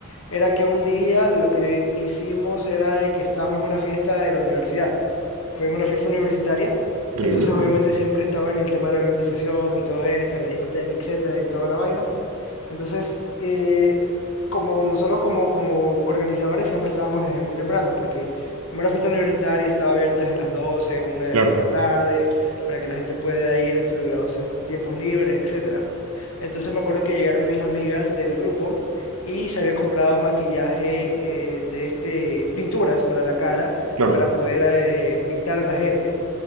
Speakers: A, on the left; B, on the right.
A: era que un día lo que hicimos era de que estábamos en una fiesta de la universidad. Fue en una fiesta universitaria,
B: Increíble.
A: entonces
B: ujú.
A: obviamente siempre estaba en el tema de la organización y todo esto, la discoteca, etcétera, y toda la vaina. Entonces, eh, como nosotros como, como organizadores siempre estábamos desde muy temprano, porque como era fiesta universitaria estaba abierta desde las doce una de
B: Claro,
A: la tarde, para que la gente pueda ir entre los eh, tiempos libres, etcétera. Entonces me acuerdo que llegaron mis amigas del grupo y se había comprado maquillaje eh, de este, pinturas para la cara,
B: claro.
A: para poder eh, pintar a la gente.